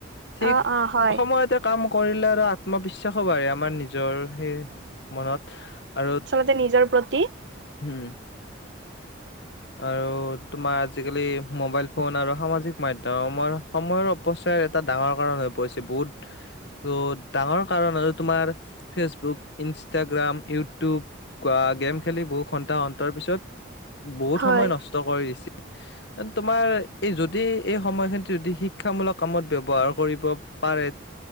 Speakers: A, on the left; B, on the right.
A: ঠিক
B: অ অ হয়
A: সময়তে কাম কৰিলে আৰু আত্মবিশ্বাসো বাঢ়ে আমাৰ নিজৰ সে মনত আৰুত
B: যে নিজৰ প্ৰতি
A: হম। আৰু তোমাৰ আজিকালি মোবাইল ফোন আৰু সামাজিক মাধ্যম সময়ৰ অপচয় এটা ডাঙৰ কাৰণ হৈ পৰিছে বহুত ৰোত ডাঙৰ কাৰণ আৰু তোমাৰ ফেচ বুক, ইনষ্টাগ্ৰাম, ইউটিউব বা গেম খেলি বহু ঘন্টা অন্তৰ পিছত
B: হয়
A: সময় নষ্ট কৰিছি তোমাৰ এই যদি এই সময়খিন যদি শিক্ষামূলক কামত ব্যৱহাৰ কৰিব পাৰে